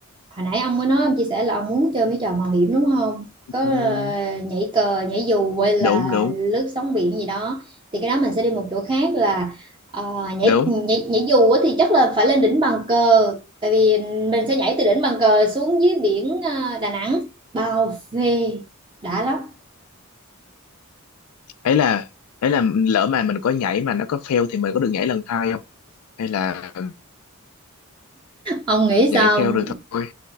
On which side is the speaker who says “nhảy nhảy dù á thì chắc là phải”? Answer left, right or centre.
Right